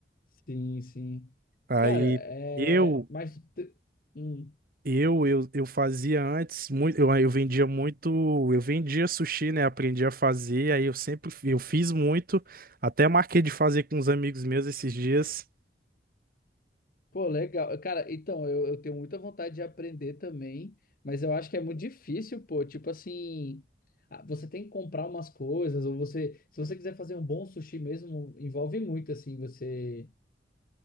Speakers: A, on the left; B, on the right.
A: Sim, sim.
B: Aí.
A: Cara, é.
B: Eu,
A: Mas. tu te- Hum.
B: Eu, eu, eu fazia antes muito, eu, eu vendia muito, eu vendia sushi, né? Aprendi a fazer, aí eu sempre eu fiz muito, até marquei de fazer com uns amigos meus esses dias.
A: Pô, legal. Cara, então, eu, eu tenho muita vontade de aprender também, mas eu acho que é muito difícil, pô. Tipo assim, ah, você tem que comprar umas coisas, ou você, se você quiser fazer um bom sushi mesmo, envolve muito, assim, você